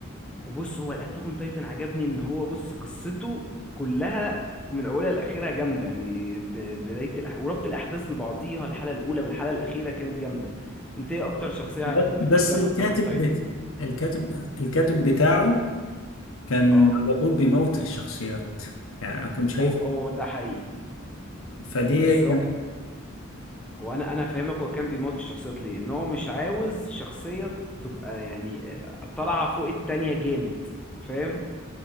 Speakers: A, in the centre; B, on the left.
A: بص هو الاتاك اون تايتن عجبني ان هو بص قصته كلها من اولها لاخرها جامده يعني ب- بدايه الأح... وربط الاحداث ببعضيها الحلقه الاولى بالحلقه الاخيره كانت جامده انت ايه اكتر شخصيه
B: بس
A: كنت
B: بس
A: بتحبها
B: الكاتب
A: في اتاك اون تايتن
B: بت... الكاتب الكاتب بتاعه كان
A: اه
B: على طول بيموت في الشخصيات يعني أنا كنت شايف
A: هو هو ده حقيقي
B: فدي
A: بس
B: كانت
A: هو هو انا انا فاهمك هو كان بيموت في الشخصيات ليه ان هو مش عاوز شخصيه تبقى يعني آه، طالعه فوق التانية جامد فاهم